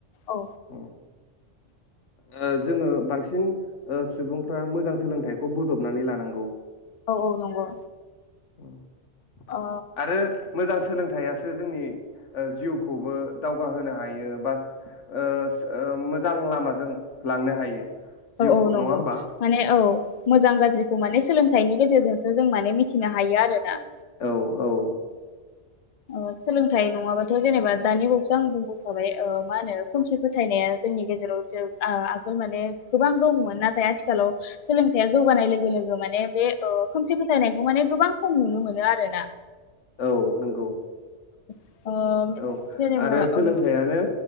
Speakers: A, on the left; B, on the left.
A: औ
B: ओम। <inaudible> ओ जोङो बांसिन ओ सुबुंफ्रा मोजां सोलोंथाइखौ बजबनानै लानांगौ।
A: औ औ नंगौ
B: ओम
A: ओ
B: आरो मोजां सोलोंथाइयासो जोंनि ओ जिउखौबो दावगाहोनो हायो बा ओ ओ मोजां लामाजों लांनो हायो। जिउखौ
A: औ औ नंगौ
B: नङा होमबा?
A: माने औ मोजां गाज्रि माने सोलोंथाइनि गेजेरजोंसो जों माने मिथिनो हायो आरोना।
B: औ औ
A: ओ सोलोंथाइ नङाबाथ' जेनेबा दानि बावैसो आं बुंबोखाबाय मा होनो खोमसि फोथायनाया जोंनि गेजेराव आगोल माने गोबां दंमोन नाथाय आथिखालाव सोलोंथाइया जौगानाय लोगो-लोगो माने बे ओ खोमसि फोथायनायखौ माने गोबां खम नुनो मोनो आरोना।
B: औ नंगौ
A: औ ओ
B: औ
A: जेनेबा
B: आरो सोलोंथाइयानो
A: औ